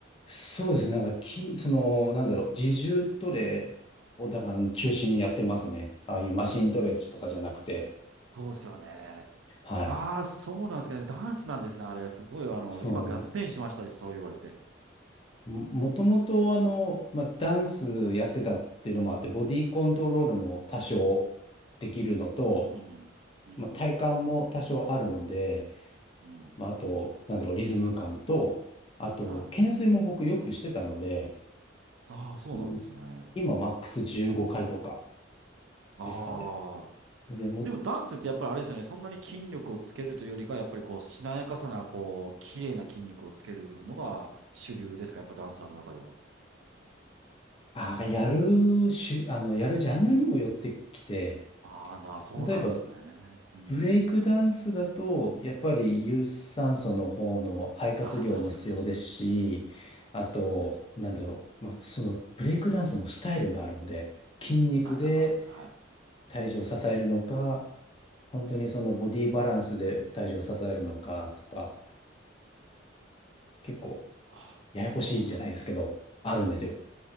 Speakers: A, on the left; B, on the right.
A: そうですね。なんか、き、その、なんだろう、自重トレを、だから中心にやってますね。ああいうマシントレとかじゃなくて。
B: そうですよね。
A: はい。
B: ああ、そうなんですかね。ダンスなんですね、あれ。すごい、あの、
A: そうなんです。
B: 今、合点しましたそう言われて。
A: ももともとあの、まあ、ダンスやってたっていうのもあって、ボディコントロールも多少できるのと、
B: うん、うん、
A: まあ、体幹も多少あるので、
B: うん。
A: まあ、あと、なんだろう、リズム感と、あと、
B: はい。
A: 懸垂も僕よくしてたので、
B: ああ、そうなんですね。
A: うん、今マックス15回とか
B: ああ。
A: ですかね。で、も、
B: でも、ダンスってやっぱりあれですよね。そんなに筋力をつけるというよりか、やっぱりこう、しなやかさな、こう、綺麗な筋肉をつけるのが主流ですか、やっぱダンサーの中では。
A: ああ、やるしゅ、あの、やるジャンルにもよってきて、
B: ああ、な、そうなんですね。
A: 例えば
B: うん。
A: ブレイクダンスだと、やっぱり有酸素の方の肺活量も必要ですし、
B: うん、ああ、確かに確かに。
A: あと、
B: 確かに確かに。
A: なんだろう、まあ、そのブレイクダンスもスタイルがあるんで、筋肉で
B: ああ、なんかある。はい。
A: 体重を支えるのか、本当にそのボディバランスで体重を支えるのかとか、
B: うん。
A: 結構
B: ああ、
A: ややこしいんじゃないですけど、
B: そうなんです。
A: あるんですよ。